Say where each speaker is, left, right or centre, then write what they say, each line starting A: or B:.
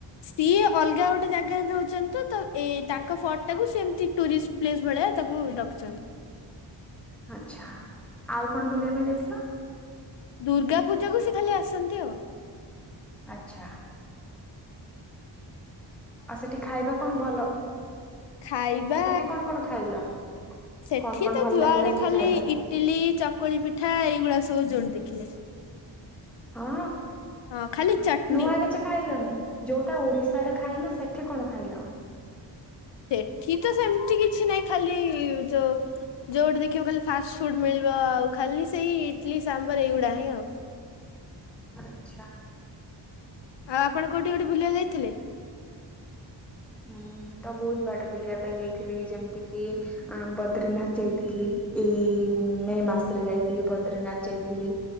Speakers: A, on the left; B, in the centre.
A: ସିଏ ଅଲଗା ଗୋଟେ ଜାଗାରେ ରହୁଛନ୍ତି ତ ଏ ତାଙ୍କ ଫର୍ଟ ଟାକୁ ସେ ସେମତି ଟୁରିଷ୍ଟ୍ ପ୍ଲେସ୍ ଭଳିଆ ତାକୁ ରଖି ଛନ୍ତି।
B: ଆଛା ଆଉ କଣ ବୁଲିବା ପାଇଁ ଯାଇଥିଲ?
A: ଦୁର୍ଗା ପୂଜା କୁ ସେ ଖାଲି ଆସନ୍ତି ଆଉ
B: ଆଛା। ଆଉ ସେଠି ଖାଇବା କଣ ଭଲ?
A: ଖାଇବା
B: ସେଠି କଣ କଣ ଖାଇଲ?
A: ସେଠି
B: କଣ କଣ
A: ତ
B: ଭଲ
A: ଯୁଆଡେ
B: ଲାଗିଲା ସେଠି
A: ଖାଲି
B: ଖାଇବା?
A: ଇଟି ଟିଲି ଚକୁଳି ପିଠା ଏଇଗୁଡା ସବୁ ଯୋଉଠି ଦେଖିଲେ
B: ହଁ
A: ହଁ ଖାଲି ଚଟନୀ
B: ନୂଆ କିଛି ଖାଇଲନି ଯୋଉଟା ଓଡିଶାରେ ଖାଇନ ସେଠି କଣ ଖାଇଲ?
A: ସେଠି ତ ସେମିତି କିଛି ନାହିଁ ଖାଲି ଯୋଉ ଯୋଉଠି ଦେଖିବ ଖାଲି ଫାଷ୍ଟ ଫୁଡ ମିଳିବ ଆଉ ଖାଲି ସେଇ ଇଡଲିି ସାମ୍ବର ଏଇଗୁଡା ହିଁ ଆଉ
B: ଆଚ୍ଛା।
A: ଆଉ ଆପଣ କୋଉଠି କୋଠି ବୁଲିବାକୁ ଯାଇଥିଲେ?
B: ହୁଁ ତ ବହୁତ ବାଟ ବୁଲିବା ପାଇଁ ଯାଇଥିଲି ଯେମିତିକି ଆଁ ବଦ୍ରିନାଥ ଯାଇଥିଲି ଏଇ ମେ ମାସରେ ଯାଇଥିଲି ବଦ୍ରିନାଥ ଯାଇଥିଲି